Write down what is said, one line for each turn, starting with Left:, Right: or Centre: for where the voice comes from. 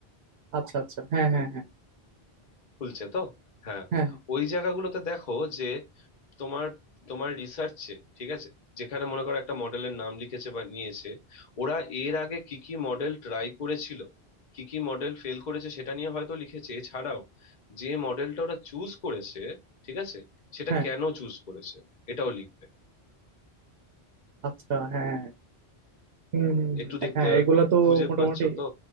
Right: আচ্ছা আচ্ছা হ্যাঁ হ্যাঁ হ্যাঁ
Left: খুলছে তো হ্যাঁ
Right: হ্যাঁ হ্যাঁ
Left: ওই জায়গাগুলোতে দেখো যে তোমার তোমার রিসার্চে ঠিক আছে যেখানে মনে করো একটা মডেলের নাম লিখেছে বা নিয়েছে ওরা এর আগে কি কি মডেল ট্রাই করেছিল কি কি মডেল ফেল করেছে সেটা নিয়ে হয়তো লিখেছে এছাড়াও যে মডেলটা ওরা চুজ করেছে ঠিক আছে সেটা
Right: হ্যাঁ
Left: কেন চুজ করেছে এটাও লিখবে
Right: আচ্ছা হ্যাঁ হুম হুম হুম,
Left: একটু দেখতে
Right: হ্যাঁ এগুলা তো
Left: খুঁজে
Right: মোটামুটি
Left: পাচ্ছ তো